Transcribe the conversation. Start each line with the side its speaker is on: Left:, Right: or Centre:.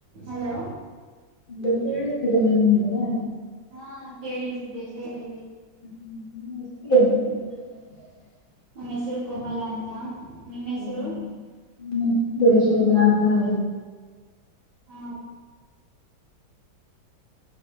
Right: ಹಲೋ
Left: ನಂತ ನಿಮ್ದಾವ
Right: ಹಾ ಕೇಳಿಸದೆ ಹೇಳಿ
Left: ಹ್ಮಷ್ಟನು <inaudible>
Right: ನಮ್ಮ ಹೆಸರು ಕೋಮಲ ಅಂತ ನಿಮ್ಮ ಹೆಸರು
Left: ಹ್ಮ ್ಮಷ ಗಂಂತ ಹ
Right: ಹ